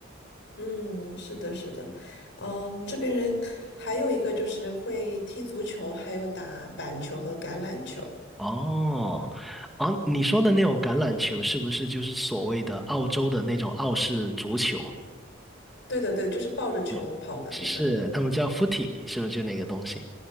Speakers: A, on the left (about 65°); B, in the centre.
A: 嗯，是的，是的，嗯，这边人还有一个就是会踢足球，还有打板球和橄榄球，
B: 哦，啊，你说的那种橄榄球是不是就是所谓的澳洲的那种澳式足球？
A: 对对对，就是抱着球跑的那个，
B: 嗯，是，他们叫 footy，是不是就那个东西？